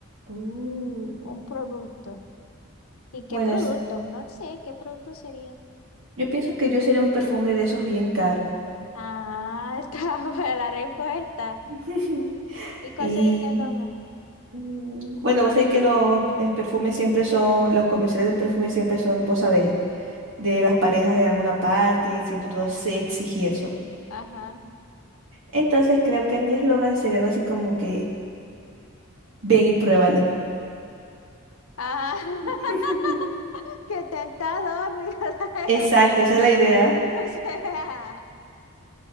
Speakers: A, on the right (about 65°); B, on the left (about 80°).
A: Uh,
B: Un producto. ¿Y qué
A: Bueno,
B: producto?
A: es-
B: No sé, ¿qué producto sería?
A: yo pienso que yo sería un perfume de esos bien caros.
B: Ah, <laughs> está buena la respuesta.
A: <laughs>
B: ¿Y cuál
A: Y
B: sería el eslogan?
A: mm, bueno, vos sabés que los eh, perfumes siempre son, los comerciales de perfumes siempre son, vos sabéis, de las parejas en alguna parte, siendo todo sexy y eso.
B: Ajá.
A: Entonces creo que mi eslogan sería algo así como que, ven y pruébalo.
B: Ah,
A: <laughs>
B: <laughs> qué tentador, mírala a
A: Exacto,
B: ella.
A: esa
B: <laughs>
A: es la idea.
B: O sea,